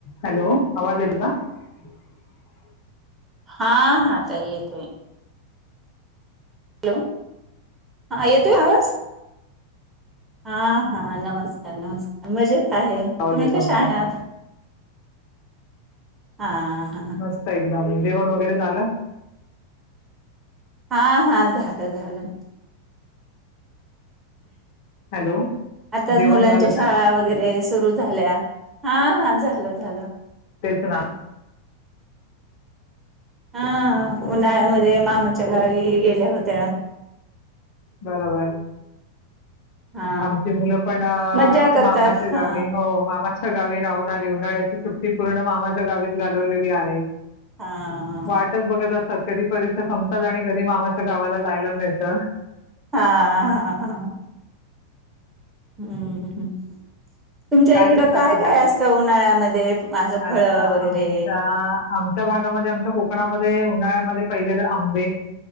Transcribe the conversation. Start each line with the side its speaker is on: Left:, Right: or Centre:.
Left: Hello? आवाज येतो का? ह. <inaudible>
Right: हा, हा, ताई येतोय. हॅलो? हा येतोय आवाज? हा, हा, नमस्कार नमस्कार मजेत. आहे,
Left: आवाज
Right: तुम्ही
Left: येतो
Right: कशा
Left: मला
Right: आहात? हा. हा
Left: मस्त एकदम. जेवण वगैरे झालं?
Right: हा, हा, झाल, झालं.
Left: हॅलो
Right: आताच
Left: जेवण
Right: मुलांच्या
Left: झालं
Right: शाळा
Left: का
Right: वगैरे सुरू झाल्या. हा, हा, झालं, झालं.
Left: तेच ना
Right: हा होन <unintelligible> मध्ये मामाच्या गावी गेल्या होत्या.
Left: बरोबर.
Right: हा
Left: आमची मुलं पण
Right: मज्जा करतात
Left: मामाच्या गावी
Right: हा
Left: हो मामाच्या गावी राहून आली उन्हाळ्याची सुट्टी- ती पूर्ण मामाच्या गावीच घालवलेली आहे.
Right: हा.
Left: वाटच बघत कधी परीक्षा संपतात आणि कधी मामाच्या गावाला जायला मिळतं.
Right: हा, हा, हा. हम्म. हम. तुमच्या इकडं
Left: किस्सा
Right: काय
Left: सांगाल
Right: काय असतं, उन्हाळ्यामध्ये असं
Left: अच्छा
Right: फळ वगैरे?
Left: आमच्या आमच्या भागामध्ये आमच्या कोकणामध्ये उन्हाळ्यामध्ये पहिले तर आंबे-